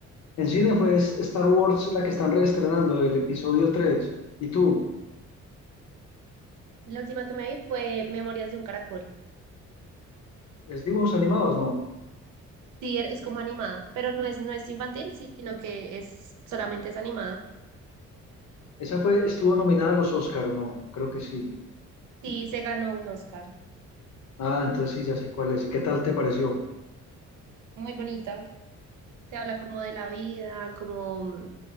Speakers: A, on the left; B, on the right.
A: En cine fue es- Star Wars la que están reestrenando, el episodio 3. ¿Y tú?
B: La última que me vi fue Memorias de un Caracol.
A: ¿Es dibujos animados? No.
B: Sí, er- es como animada, pero no es, no es infantil, sino que es solamente es animada.
A: Esa fue, estuvo nominada a los Oscar, ¿o no? Creo que sí.
B: Sí, se ganó un Oscar.
A: Ah, entonces sí, ya sé cuál es. ¿Y qué tal te pareció?
B: Muy bonita. Te habla como de la vida, como mm,